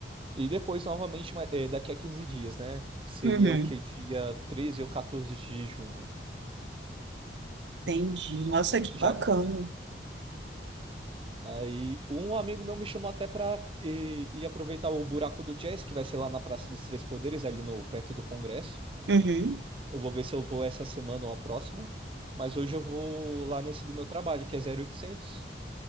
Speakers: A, on the right (about 30°); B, on the right (about 85°).
A: e depois, novamente, ma- eh, daqui a 15 dias, né? Seria
B: Uhum.
A: o que? Dia 13 ou 14 de junho.
B: Entendi. Nossa, que
A: Já
B: bacana.
A: Aí um amigo meu me chamou até para ir, ir aproveitar o buraco do jazz, que vai ser lá na Praça dos Três Poderes, ali no perto do Congresso.
B: Uhum.
A: Eu vou ver se eu vou essa semana ou a próxima. Mas hoje eu vou lá nesse do meu trabalho, que é 0800.